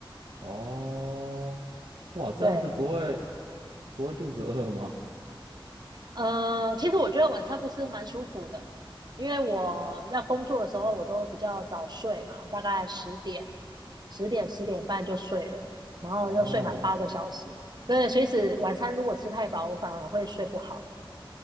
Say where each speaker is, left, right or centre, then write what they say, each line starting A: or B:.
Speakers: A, on the right; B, on the right.
A: 哦，哇，这样子不会
B: 对，
A: 不会肚子饿吗？
B: 呃，其实我觉得晚餐不吃蛮舒服的，因为我要工作的时候，我都比较早睡嘛，我大概十点、十点、十点半就睡了，然后又睡满八个小时。
A: 哦
B: 对，所以是晚餐如果吃太饱，我反而会睡不好。